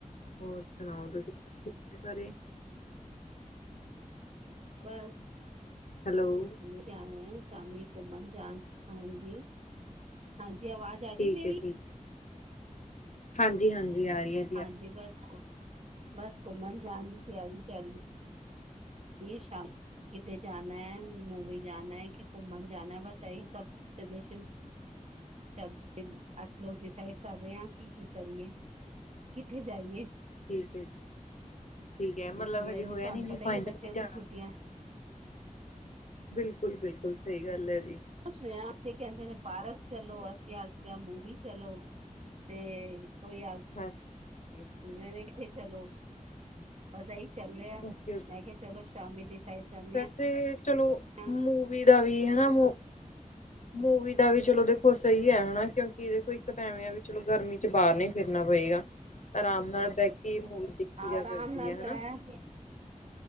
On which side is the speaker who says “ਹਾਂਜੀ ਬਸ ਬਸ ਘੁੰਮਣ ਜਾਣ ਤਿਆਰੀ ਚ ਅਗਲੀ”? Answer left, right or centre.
Right